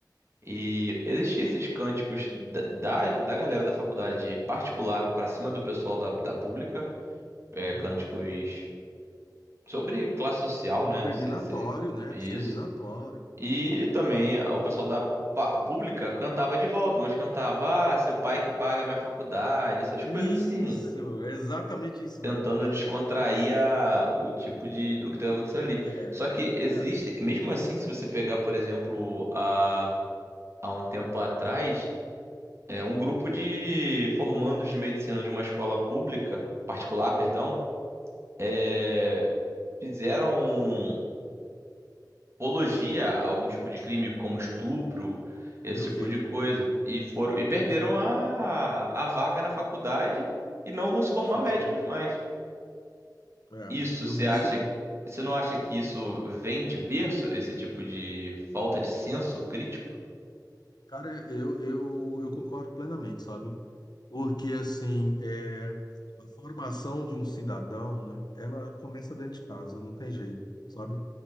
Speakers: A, on the right (about 40°); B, on the left (about 70°).
A: E existiam esses cânticos da, da, da galera da faculdade particular para cima do pessoal da, da pública, é,
B: uhum.
A: cânticos. sobre classe social,
B: Discriminatório,
A: né? se- Seria
B: né?
A: isso.
B: Discriminatório.
A: E também a- o pessoal da pa- pública cantava de volta, mas cantava, ah, seu pai que paga a minha faculdade, essas
B: Isso,
A: coisas assim.
B: é exatamente isso
A: Tentando
B: mesmo. É
A: descontrair
B: isso aí.
A: a- o tipo de do que estava acontecendo ali.
B: É,
A: Só que existe,
B: é.
A: mesmo assim, se você pegar, por exemplo, a, há um tempo atrás, é, um grupo de formandos de medicina de uma escola pública, particular, perdão, é fizeram. um apologia a algum tipo de crime, como estupro, esse
B: eu
A: tipo
B: vi,
A: de coisa. E foram e perderam
B: eu vi.
A: a, a vaga na faculdade e não vão se formar
B: Foi
A: médicos
B: isso mesmo.
A: mais.
B: É,
A: Isso
B: eu
A: você
B: vi
A: acha,
B: isso aí.
A: você não acha que isso vem de berço, esse tipo de falta de senso crítico?
B: Cara, eu, eu, eu concordo plenamente, sabe? Porque, assim, é, a formação de um cidadão, né, ela começa dentro de casa, não tem jeito, sabe?